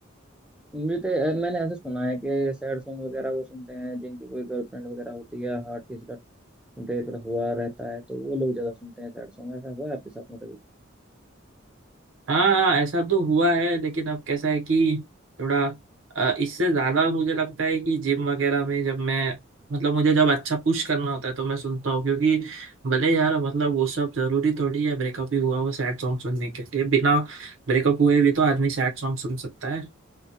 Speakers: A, in the centre; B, on the right.
A: मुझे तो अ, मैंने ऐसा सुना है कि सैड सॉन्ग वगैरह वो सुनते हैं जिनकी कोई गर्लफ्रेंड वगैरह होती है हार्ट किसी का ब्रेक हुआ रहता है तो वो लोग ज्यादा सुनते हैं सैड सॉन्ग ऐसा हुआ है आपके साथ में कभी
B: हाँ हाँ ऐसा तो हुआ है लेकिन अब कैसा है कि थोड़ा अ, इससे ज्यादा मुझे लगता है कि जिम वगैरह में जब मैं मतलब मुझे जब अच्छा पुश करना होता है तो मैं सुनता हूँ क्योंकि भले यार मतलब वो सब जरूरी थोड़ी है ब्रेकअप ही हुआ हो सैड सॉन्ग सुनने के लिए बिना ब्रेकअप हुए भी तो आदमी सैड सॉन्ग सुन सकता है